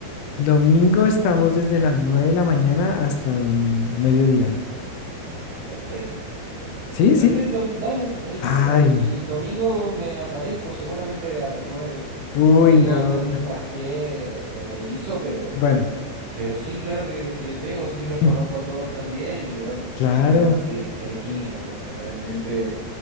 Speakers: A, on the left (about 80°); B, on the right (about 60°).
A: Domingo estamos desde las 9 de la mañana hasta el mediodía.
B: Perfecto.
A: ¿Sí?
B: Perfecto,
A: ¿Sí?
B: dale. El,
A: Ay,
B: el domingo me aparezco seguramente a las nueve
A: uy,
B: Si tengo
A: no.
B: algún traspié, te aviso, pero,
A: Bueno,
B: pero sí, claro que, que llego, sí
A: <clears throat>
B: que los conozco a todos también y bueno,
A: claro.
B: hay que ver si, si hay química, porque realmente